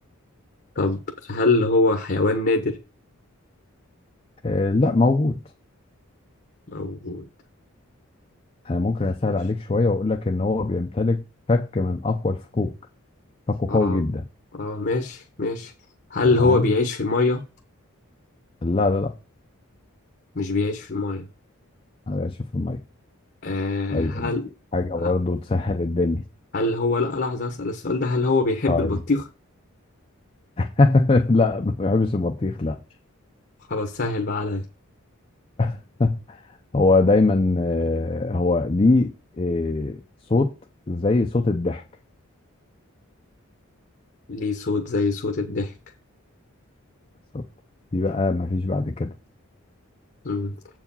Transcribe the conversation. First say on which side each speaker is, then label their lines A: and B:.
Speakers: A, on the left; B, on the left.
A: طب هل هو حيوان نادر
B: آه لا موجود
A: موجود
B: أنا ممكن أسهل
A: ماشي
B: عليك شوية وأقول لك إن هو بيمتلك فك من أقوى الفكوك فكه
A: اه
B: قوي جدا
A: اه ماشي ماشي هل
B: تمام
A: هو بيعيش في المية
B: لا لا لا
A: مش بيعيش في المية
B: أنا شوف المية
A: آه
B: طيب
A: هل
B: أديك حاجة برضه
A: ه-
B: تسهل الدنيا
A: هل هو لا لحظة أسأل السؤال ده هل هو بيحب
B: طيب
A: البطيخ
B: <laughs> لا ما بحبش البطيخ لا
A: خلاص سهل بقى عليا
B: <laughs> هو دايما آه، هو ليه آه، صوت زي صوت الضحك
A: ليه صوت زي صوت الضحك
B: بالظبط دي بقى ما فيش بعد كده
A: مم.